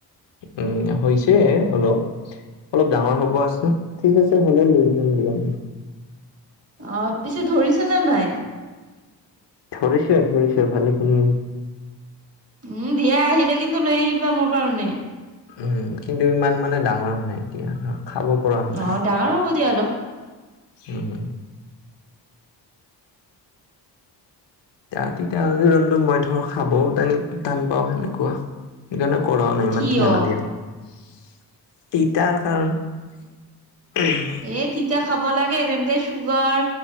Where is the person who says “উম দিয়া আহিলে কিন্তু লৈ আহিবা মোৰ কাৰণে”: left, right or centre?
Right